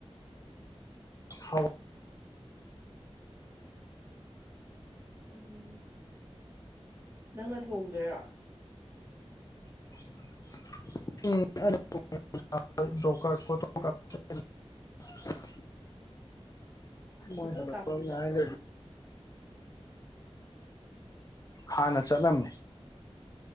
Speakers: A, on the left; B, on the right.
A: ꯍꯧ
B: ꯎꯝ ꯅꯪꯅ ꯊꯣꯡꯗꯣꯏꯔꯣ
A: <inaudible> <inaudible>
B: ꯐꯣꯇꯣ
A: ꯃꯣꯏ ꯍꯜꯂꯛꯄ
B: ꯀꯥꯞꯄꯖꯨ
A: ꯉꯥꯏ
B: ꯆꯠꯄ꯭ꯔꯣ
A: ꯂꯩ
B: ꯅꯪ
A: ꯍꯥꯟꯅ ꯆꯠꯂꯝꯃꯦ